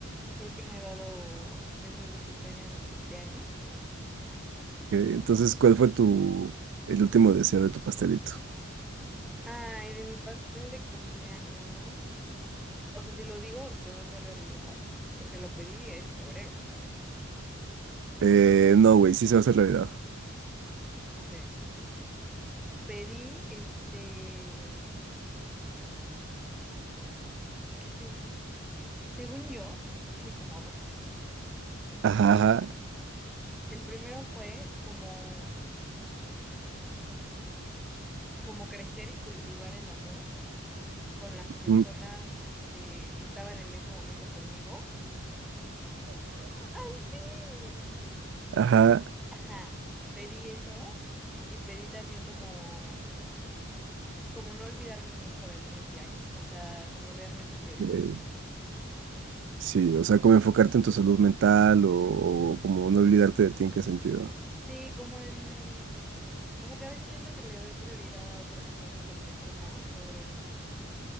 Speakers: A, in the centre; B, on the right (about 60°).
A: Y creo que no he dado deseos de pestañas este año.
B: que- Entonces, ¿cuál fue tu el último deseo de tu pastelito?
A: Ay, de mi pastel de cumpleaños. O sea, si lo digo, se va a hacer realidad, porque lo pedí en febrero, ¿sabes?
B: Eh, no, güey, sí se va a hacer realidad.
A: Ok. Pedí, este, ¿qué pedí? Según yo, hice como dos.
B: Ajá, ajá.
A: El primero fue como, como crecer y cultivar el amor con las personas,
B: mm,
A: este, que estaban en ese momento conmigo. ¡Ay, sí!
B: Ajá.
A: Ajá, pedí eso y pedí también como como no olvidarme mucho de mí este año, o sea, como realmente priorizarme
B: eh,
A: mucho este año.
B: sí, o sea, como enfocarte en tu salud mental o, o como no olvidarte de ti en qué sentido.
A: Sí, como en, como que a veces siento que le doy prioridad a otras cosas o personas sobre de mí.